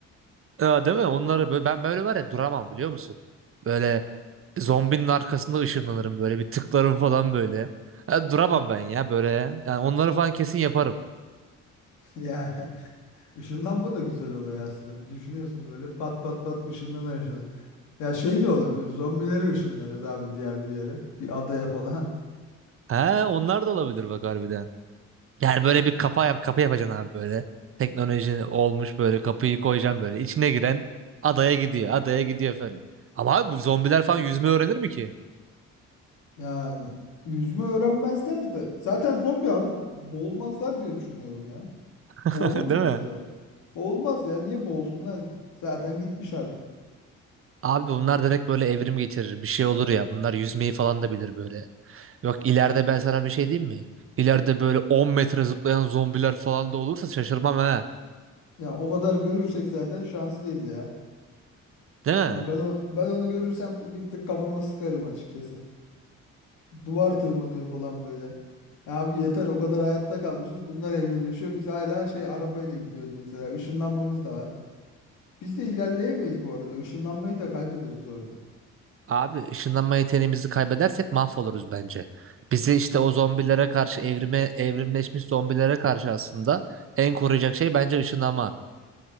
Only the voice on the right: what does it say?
Ya, değil mi? Onları böyle, ben böyle var ya duramam biliyor musun? Böyle zombinin arkasında ışınlanırım böyle bir tıklarım falan böyle. Ya, duramam ben ya böyle. Yani onları falan kesin yaparım.
He onlar da olabilir bak harbiden. Yani böyle bir kapı yap kapı yapacaksın abi böyle. Teknoloji olmuş böyle kapıyı koyacaksın böyle. İçine giren adaya gidiyor. Adaya gidiyor böyle. Ama abi bu zombiler falan yüzme öğrenir mi ki?
<laughs>
Değil mi?
Abi bunlar direkt böyle evrim geçirir. Bir şey olur ya. Bunlar yüzmeyi falan da bilir böyle. Yok ileride ben sana bir şey diyeyim mi? İleride böyle 10 metre zıplayan zombiler falan da olursa şaşırmam ha.
Değil mi?
Abi ışınlanma yeteneğimizi kaybedersek mahvoluruz bence. Bizi işte o zombilere karşı evrime evrimleşmiş zombilere karşı aslında en koruyacak şey bence ışınlanma.